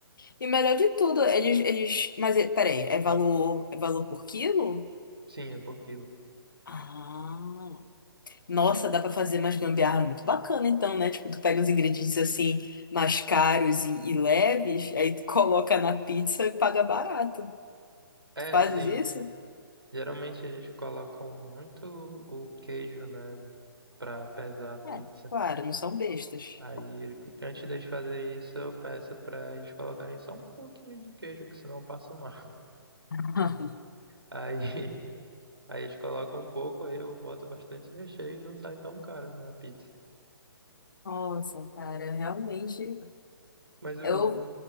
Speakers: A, on the left; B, on the right.
A: E melhor de tudo, eles, eles... Mas, é- peraí, é valor, é valor por quilo?
B: Sim, é por quilo.
A: Ah. Nossa, dá pra fazer mais gambiarra muito bacana, então, né? Tipo, tu pega os ingredientes assim, mais caros e, e leves, aí tu coloca na pizza e paga barato.
B: É,
A: Tu fazes
B: sim.
A: isso?
B: Geralmente eles colocam muito o queijo, né, para pesar a pizza.
A: É, claro, não são bestas.
B: Aí, antes deles fazerem isso, eu peço pra eles colocarem só um pouquinho de queijo, que senão eu passo mal. <laughs>
A: <laughs>
B: Aí, aí eles colocam um pouco, aí eu boto bastante recheio e não sai tão caro na pizza.
A: Nossa, cara, realmente.
B: Mas o,
A: Eu,
B: o